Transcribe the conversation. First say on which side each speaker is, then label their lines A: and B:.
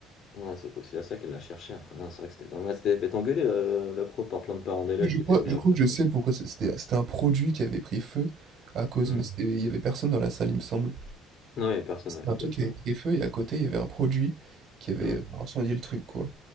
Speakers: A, on the left; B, on the right.
A: Ouais, c'est possible, à ça qu'elle l'a cherché après. Non, c'est vrai que c'était dans le match, c'était fait engueuler la, la prof par plein de parents d'élèves
B: Mais je
A: qui
B: crois,
A: étaient venus
B: je crois
A: après.
B: que je sais pourquoi c'est- c'était. C'était un produit qui avait pris feu à cause,
A: Hmm.
B: mais c'était- il y avait personne dans la salle, il me semble.
A: Non, il n'y avait personne,
B: C'était
A: ouais,
B: un
A: exactement.
B: truc qui avait pris feu et à côté, il y avait un produit qui avait
A: Hmm.
B: euh, incendié le truc, quoi.